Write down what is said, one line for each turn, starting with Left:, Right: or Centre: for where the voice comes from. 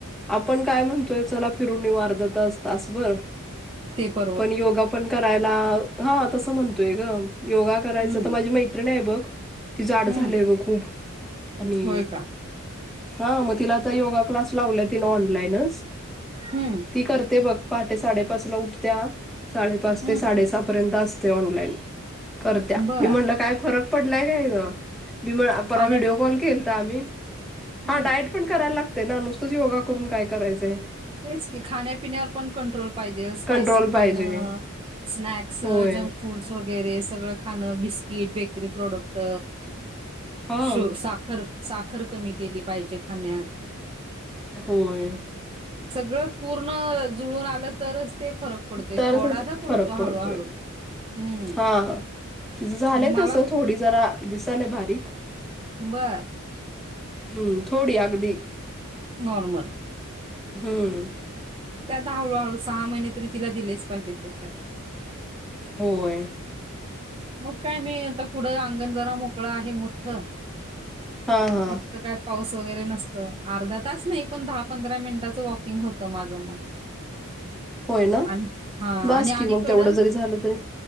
Centre: आपण काय म्हणतोय चला फिरून येऊ अर्धा तास तास भर.
Right: ते पण.
Centre: पण योगा पण करायला हा तसं म्हणतोय ग. योगा करायच
Right: हम्म
Centre: तर माझी मैत्रिण आहे बघ ती जाड
Right: हम्म
Centre: झालीय ग खूप आणि
Right: होय का
Centre: हा मग तिला आता योगा क्लास लावला तिने ऑनलाईनच.
Right: हम्म.
Centre: ती करते बघ पहाटे साडेपाच ला उठतेया साडेपाच
Right: हम्म
Centre: ते साडेसहा पर्यंत असते ऑनलाईन. करत्या
Right: बर
Centre: मी म्हणलं काय फरक पडलाय काय ग बीमळ परवा
Right: खाण्या
Centre: व्हिडिओ कॉल केल ता मी, हा
Right: हम्म
Centre: डायट पण करायला लागतय ना नुसतंच योगा करून काय करायचंय?
Right: तेच की खाण्यापिण्यावर पण कंट्रोल पाहिजे अ स्पायसी
Centre: कंट्रोल
Right: खाणं
Centre: पाहिजे
Right: स्नॅक्स
Centre: होय
Right: जंक फूड्स वगैरे सगळं खाणं बिस्किट बेकरी प्रॉडक्ट
Centre: हा
Right: शो साखर साखर कमी केली पाहिजे खाण्यात.
Centre: होय.
Right: सगळं पूर्ण जुळून आलं तरच ते फरक पडतोय
Centre: तरचच
Right: थोडासा पडतो
Centre: फरक पडतोय
Right: हळूहळू हम्म
Centre: हा. तिचं झालंय
Right: मला
Centre: तसं थोडी जरा दिसालय बारीक.
Right: बरं.
Centre: हम्म थोडी आगदी.
Right: नॉर्मल
Centre: हम्म.
Right: त्यात हळूहळू सहा महिने तरी तिला दिलेच पाहिजेत त्याच्यात.
Centre: होय.
Right: मग काय मी आता पुढं अंगण जरा मोकळ आहे मोठ..
Centre: हा हा
Right: तिथतं काय? पाऊस वगैरे नसतं अर्धा तास नाही पण दहा पंधरा मिनटाचं वॉकिंग होतं माझं मग.
Centre: होय ना,
Right: आणि हा
Centre: बास
Right: आणि अलीकडं
Centre: की मग तेवढं जरी झालं तरी